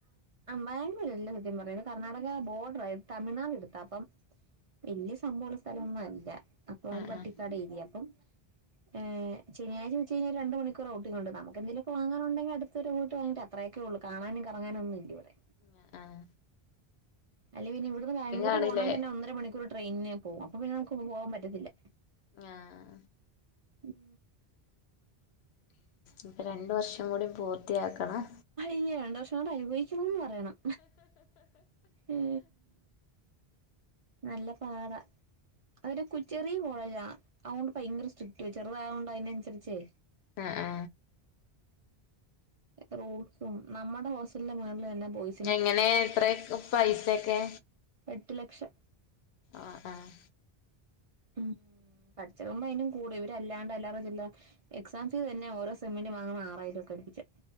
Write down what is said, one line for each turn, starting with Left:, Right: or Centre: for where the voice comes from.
Right: ബാംഗ്ലൂര്ല്ല സത്യം പറയത് കർണ്ണാടക ബോർഡർ ആത് തമിഴ്നാട് അടുത്ത അപ്പം വല്യ സംഭവുള്ള സ്ഥലംന്നും അല്ല അപ്പൊ അവര്
Left: ആഹ്
Right: പട്ടിക്കാട്
Left: ആഹ്
Right: ഏരിയ അപ്പം ഏഹ ശനിയഴ്ച ഉച്ച കഴിഞ്ഞ രണ്ട് മണിക്കൂർ ണ്ട് നമുക്ക് എന്തെങ്കിലും ഒക്കെ വാങ്ങാനുെണ്ടങ്കിൽ അടുത്ത് വരെ പോയിട്ട് വരാം അത്രൊക്കെ ഉള്ളൂ കാണാനും കറങ്ങാനും ഒന്നുല്ലാ ഇവിടെ
Left: ഉ ആഹ
Right: അല്ലെ പിന്നെ ഇവിടുന്ന് ബാംഗ്ലൂർ
Left: ആണ്ല്ലേ
Right: പോണ തന്നെ ഒന്നര മണിക്കൂർ ട്രെയിനിന് പോകും അപ്പ പിന്നെ നമുക്ക് പോവാൻ പറ്റത്തില്ല
Left: ആഹ
Right: ഉം
Left: ഇപ്പം രണ്ട് വർഷം കൂടി പൂർത്തിയാക്കണം
Right: ഈ രണ്ട് വർഷം കൂടെ അനുഭവിക്കണംന്ന് പറയണം ഏ നല്ല പാട അവര് കു ച്ചെറിയ കോളേജാണ് അതൊണ്ട് ഭയങ്കര സ്ട്രിക്റ്റ് ചെറുതായണ്ട് അതിനനുസരിച്ചേ
Left: ആഹ ആ
Right: റൂൾസും നമ്മുടെ ഹോസ്റ്റലിന്റെ മുകളിൽ തന്നെ ബോയ്
Left: എങ്ങനെ എത്രയ പൈസൊക്കെ
Right: എട്ട് ലക്ഷം
Left: ആഹ് ആഹ്
Right: ഉം പഠിച്ചക്കുമ്പോ അതിനും കൂടും ഇവര് അല്ലാണ്ട് അല്ലറ ചില്ലറ എക്സാം ഫീസ് തന്നെ ഓരോ സെമന്റ് വാങ്ങണം ആറായിരംക്കെ അടുപ്പിച്ചാം